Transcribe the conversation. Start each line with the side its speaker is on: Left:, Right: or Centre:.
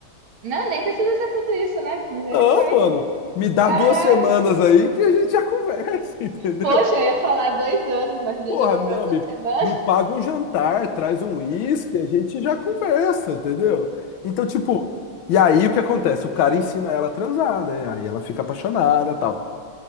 Right: Não, nem precisa ser tudo isso, né? Misericórdia.
Left: Não, mano. Me dá
Right: Caraca.
Left: duas semanas aí que a gente já conversa, <laughs> entendeu?
Right: Poxa, eu ia falar dois anos, mas você
Left: Porra,
Right: já jogou
Left: não,
Right: pra duas
Left: me,
Right: semanas.
Left: me paga um jantar, traz um uísque, a gente já conversa, entendeu? Então, tipo, e aí o que acontece? O cara ensina ela a transar, né? Aí ela fica apaixonada e tal.